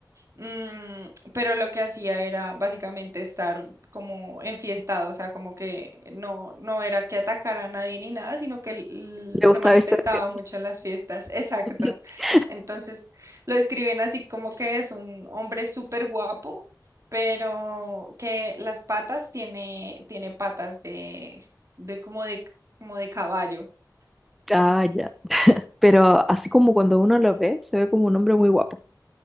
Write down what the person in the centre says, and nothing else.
le
gusta
verse de fiesta.
<laughs>
Ya, ya. Pero así como cuando uno lo ve, se ve como un hombre muy guapo.